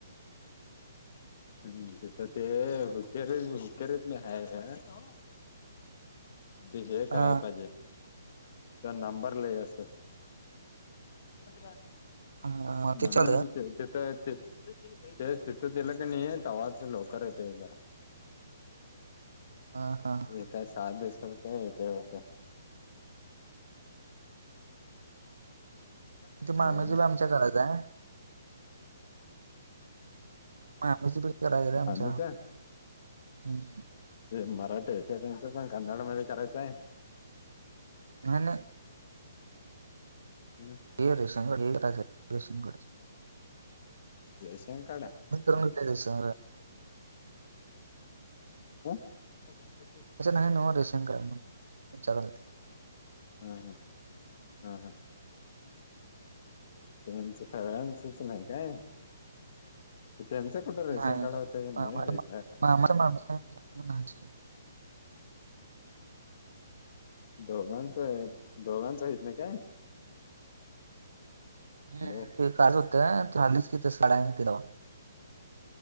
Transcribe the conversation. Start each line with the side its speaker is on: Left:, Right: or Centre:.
Left: <unintelligible> <unintelligible> ते हे करायला
Right: हा
Left: पाहिजे. तर नंबर लय असत्यात. नाहीत काय.
Right: हा ते
Left: म्हणून
Right: चाल
Left: ते तिथं ती ते तिथं दिलं का नाही. तवाच लोक करतय जरा.
Right: ह हा हा
Left: <unintelligible> हम्
Right: ती मामजी बी आमच्या घरात आहे. <unintelligible>
Left: आम्हीच ते मराठी आहे का त्यांचपण. कन्नड मध्ये करायच आहे.
Right: हा ना.
Left: हम्म
Right: हे रेशन कार्ड काढायचं. रेशन काढायच.
Left: रेशन काढा.
Right: <unintelligible>
Left: <unintelligible>
Right: नाही नव्ह रेशन कार्ड आमच्या घरात.
Left: हा हा हा हा त्यांच सगळ्यांचच नाही काय. त्यांच कुठं रेशन
Right: नाही
Left: कार्ड होत.
Right: मामाचं
Left: नाही होयता.
Right: <unintelligible>
Left: दोघांचं आहे. दोघांचं येत नाही काय.
Right: <unintelligible>
Left: हॅलो